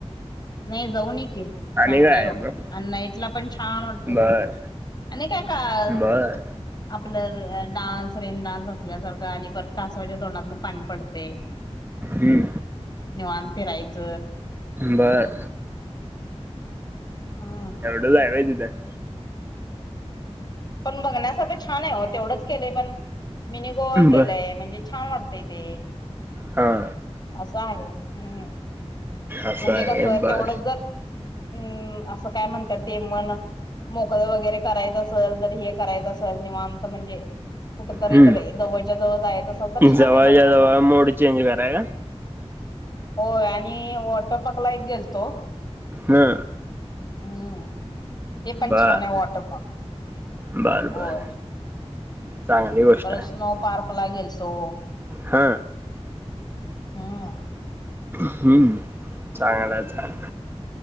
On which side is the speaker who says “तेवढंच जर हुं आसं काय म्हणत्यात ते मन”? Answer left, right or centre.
Left